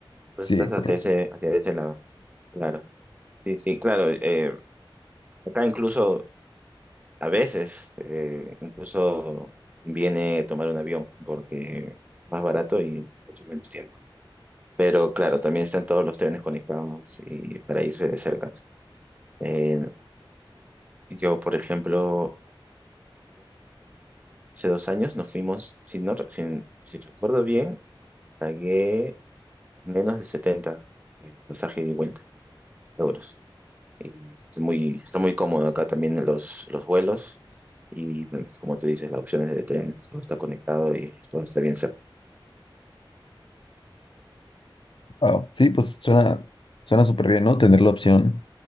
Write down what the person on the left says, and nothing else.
Sí,
correcto.
Wow, sí, pues suena, suena súper bien, ¿no? Tener la opción,